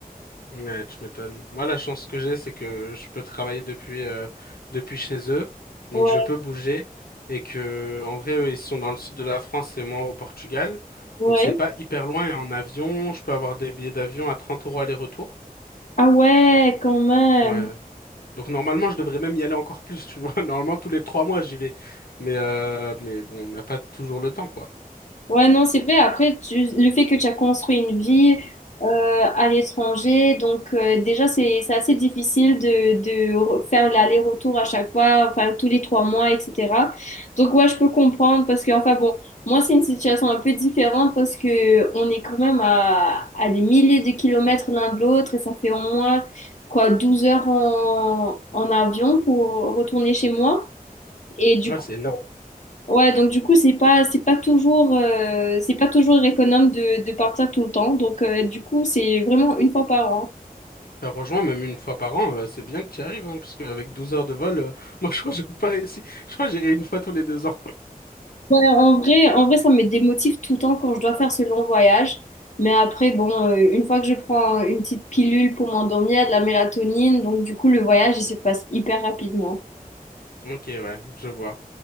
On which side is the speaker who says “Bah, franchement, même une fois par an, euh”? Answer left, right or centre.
Left